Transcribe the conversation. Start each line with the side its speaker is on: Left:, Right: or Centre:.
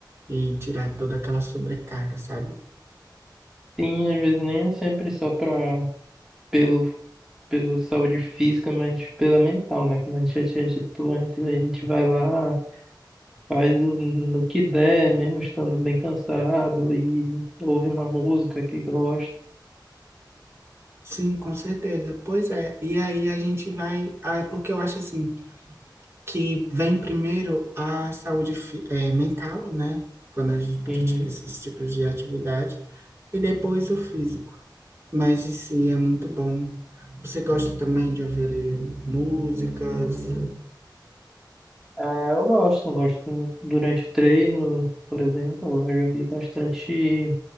Right: e tirar toda aquela sobrecarga, sabe?
Centre: Sim, às vezes nem é sempre só para pelo, pelo saúde física, mas pela mental, né? Como a gente já tinha dito antes, a gente vai lá, faz o, no que der, mesmo estando bem cansado, e ouve uma música que gosta.
Right: Sim, com certeza. Pois é. E aí a gente vai. Ah, é porque eu acho assim. que vem primeiro a saúde fi- eh, mental, né? Quando a gente pratica
Centre: Uhum.
Right: esses tipos de atividade, e depois o físico. Mas em si é muito bom. Você gosta também de ouvir ali, músicas?
Centre: É, eu gosto, eu gosto durante o treino, por exemplo, eu gosto de ouvir bastante.